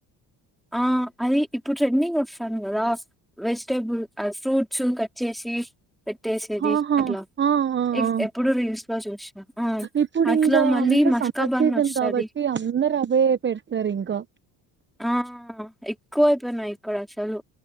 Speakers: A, in the centre; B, on the right.
A: ఆ అది ఇప్పుడు ట్రెండింగ్ వస్తాంది కదా వెజిటేబుల్ ఫ్రూట్స్ కట్ చేసి పెట్టేసేది
B: ఆహా
A: అట్లా
B: ఆ ఆ ఆ
A: ఎప్పుడు రీల్స్ లో చూసినా ఆ
B: ఇప్పుడు
A: అట్లా
B: ఇంకా
A: మళ్ళీ
B: అంత
A: మస్కాబన్
B: సమ్మర్ సీజన్
A: వస్తది
B: కాబట్టి అందరు అవ్వే పెడతారు ఇంకా
A: ఆ ఎక్కువయిపోయినాయి ఇక్కడ అసలు